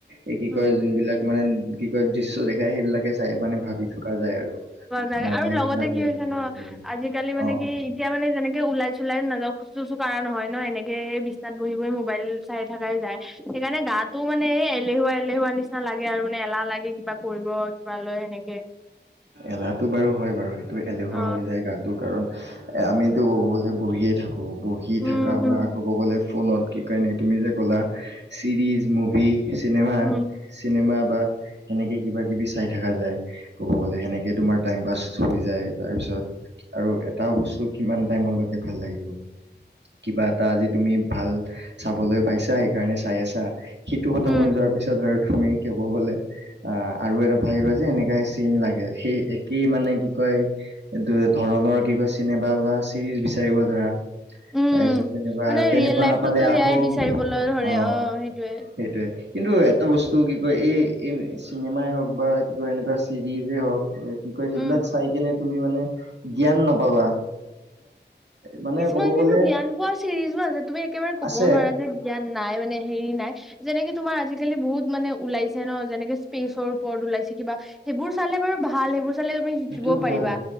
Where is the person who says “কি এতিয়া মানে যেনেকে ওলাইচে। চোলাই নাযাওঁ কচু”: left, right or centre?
Centre